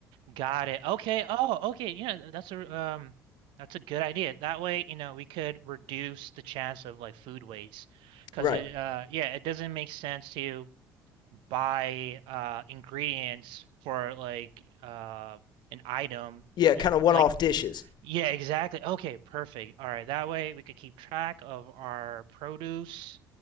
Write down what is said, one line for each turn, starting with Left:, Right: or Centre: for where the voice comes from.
Right: Got it. Okay. Oh, okay. You know, that's a um that's a good idea. That way, you know, we could reduce the chance of like food waste because
Left: Right.
Right: it uh yeah, it doesn't make sense to buy uh ingredients for like uh an item
Left: Yeah, kind
Right: and
Left: of one
Right: like
Left: off dishes.
Right: yeah, exactly. Okay, perfect. All right, that way we could keep track of our produce,